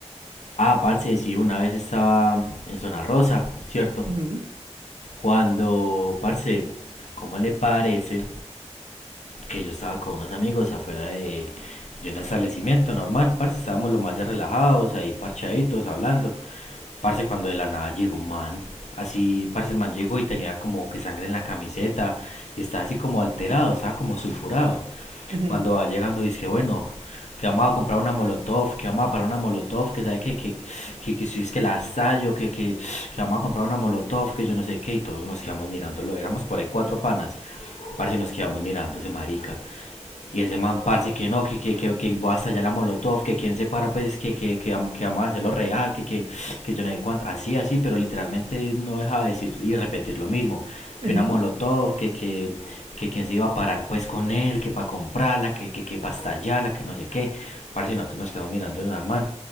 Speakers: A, on the left (about 85°); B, on the right (about 50°).
A: Ah, parce, sí, una vez estaba en Zona Rosa, ¿cierto?
B: Ujú,
A: Cuando, parce, ¿cómo le parece? que yo estaba con unos amigos afuera de, de un establecimiento normal, parce, estábamos lo más de relajados, ahí parchaditos, hablando. Parce, cuando de la nada llegó un man, así, parce, el man llegó y tenía como que sangre en la camiseta y estaba así como alterado, estaba como sulfurado.
B: ujú,
A: Cuando va llegando dice que bueno, que vamos a comprar una molotov, que vamos a parar una molotov, que sabe que, que, que, que si es que la estallo, que, que, que vamos a comprar una molotov, que yo no sé qué, y todos nos quedamos mirándolo, éramos por ahí cuatro panas. Parce, nos quedamos mirando ese marica. Y ese man, parce, que no, que, que, que, que voy hasta allá la molotov, que quien se para, pues, que, que, que, que vamos a hacerlo real, que, que, que yo no sé cuánto. Así, así, pero literalmente no deja de decir y repetir lo mismo.
B: ujú,
A: Que una molotov, que, que, que quien se iba a parar, pues, con él, que para comprarla, que, que, que para estallarla, que no sé qué. Parce, nosotros nos quedamos mirando al man.